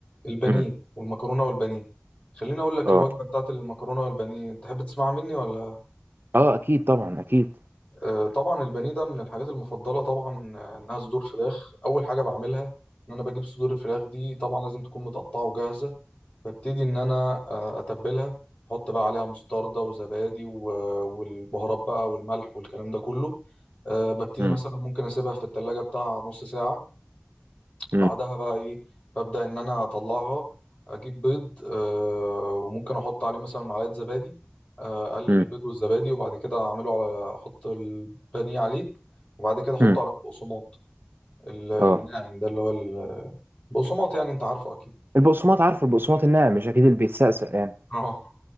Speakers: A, on the left (about 30°); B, on the right (about 60°).
A: البانيه
B: مم.
A: والمكرونه والبانيه خليني اقول لك
B: اه
A: الوجبه بتاعت المكرونه والبانيه تحب تسمع مني ولا
B: اه اكيد طبعا اكيد
A: آه، طبعا البانيه ده من الحاجات المفضله طبعا آه، انها صدور فراخ اول حاجه بعملها ان انا بجيب صدور الفراخ دي طبعا لازم تكون متقطعه وجاهزه ببتدي ان انا آه، اتبلها احط بقى عليها مستردة وزبادي و- والبهارات بقى والملح والكلام ده كله آه، ببتدي
B: مم.
A: مثلا ممكن اسيبها في التلاجة بتاع نص ساعه بعدها
B: مم.
A: بقى ايه ببدأ ان انا اطلعها اجيب بيض آه وممكن احط عليه مثلا معلقة زبادي آه، اقلب
B: مم.
A: البيض والزبادي وبعد كده اعمله على احط البانيه عليه وبعد كده احطه
B: مم.
A: على البقسماط ال- الناعم
B: اه
A: ده اللي هو البقسماط يعني انت عارفه اكيد
B: البقسماط عارف البقسماط الناعم مش اكيد اللي بيتسقسق يعني
A: اه